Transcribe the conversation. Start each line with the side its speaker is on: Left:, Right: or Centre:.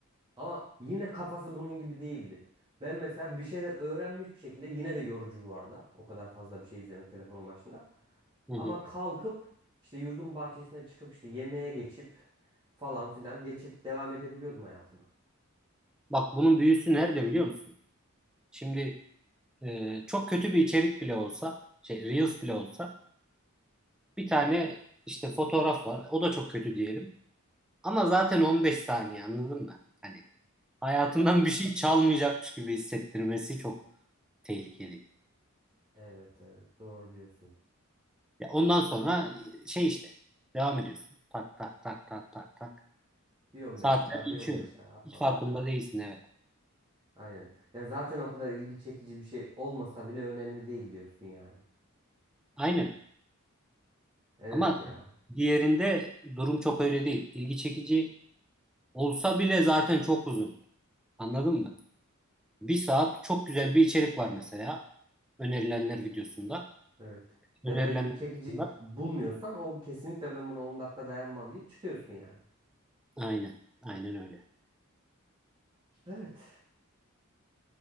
Right: Ama yine kafası bunun gibi değildi. Ben mesela bir şeyler öğrenmiş bir şekilde yine de yorucu bu arada. O kadar fazla bir şey izlemek telefonun başında.
Centre: Hı
Right: Ama
Centre: hı.
Right: kalkıp işte yurdun bahçesine çıkıp işte yemeğe geçip falan filan geçip devam edebiliyordum hayatıma.
Centre: Bak bunun büyüsü nerede biliyor musun? Şimdi e, çok kötü bir içerik bile olsa, şey reels bile olsa bir tane işte fotoğraf var. O da çok kötü diyelim. Ama zaten 15 saniye anladın mı? Hani hayatından
Right: Heh.
Centre: bir şey çalmayacakmış gibi hissettirmesi çok tehlikeli.
Right: Evet evet doğru diyorsun.
Centre: Ya ondan sonra e, şey işte devam ediyorsun. Tak tak tak tak tak tak.
Right: Bir 15
Centre: Saatler
Right: daha
Centre: geçiyor.
Right: bir on beş daha falan.
Centre: Hiç farkında değilsin evet.
Right: Aynen. Yani zaten o kadar ilgi çekici bir şey olmasa bile önemli değil diyorsun yani.
Centre: Aynen.
Right: Evet
Centre: Ama
Right: ya.
Centre: diğerinde durum çok öyle değil. İlgi çekici olsa bile zaten çok uzun. Anladın mı? Bir saat çok güzel bir içerik var mesela. Önerilenler videosunda.
Right: Evet.
Centre: Önerilenler
Right: Ya da ilgi çekici
Centre: videosunda.
Right: bulmuyorsan o kesinlikle ben buna 10 dakika dayanmam deyip çıkıyorsun yani.
Centre: Aynen. Aynen öyle.
Right: Evet.